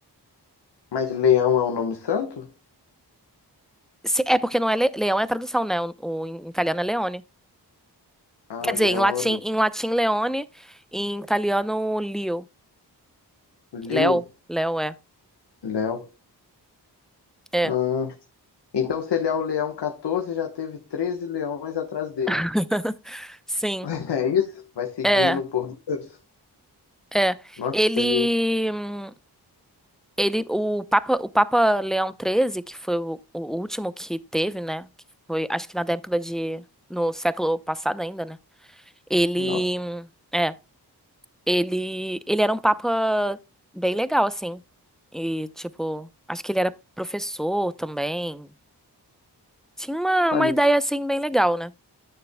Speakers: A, on the left (about 80°); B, in the centre.
A: Mas Leão é um nome santo?
B: Se- é porque não é le- leão, é a tradução, né? O, o- em italiano é leone.
A: Ah,
B: Quer dizer,
A: Leônio.
B: em latim, em latim leone, em italiano Leo.
A: Liu.
B: Leo, Leo é.
A: Léo.
B: É.
A: Ah, então, se ele é o Leão 14, já teve 13 leões atrás dele.
B: <laughs> Sim.
A: <laughs> É isso? Vai seguindo
B: É,
A: por números?
B: é.
A: Nossa,
B: Ele,
A: teve...
B: hum, ele, o Papa, o Papa Leão XIII, que foi o, o último que teve, né? Que foi, acho que na década de, no século passado ainda, né? Ele,
A: Nossa.
B: hum, é. Ele, ele era um papa bem legal, assim. E, tipo, acho que ele era professor também. Tinha uma,
A: Olha,
B: uma ideia, assim, bem legal, né?